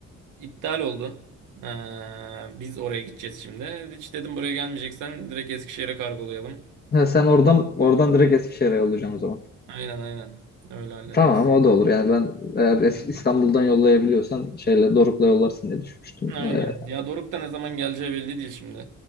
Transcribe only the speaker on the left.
Ha, sen oradan oradan direkt Eskişehir'e yollayacaksın o zaman.
Tamam o da olur. Yani ben eğer eski,
İstanbul'dan yollayabiliyorsan şeyle Doruk'la yollarsın diye düşünmüştüm.
Ee,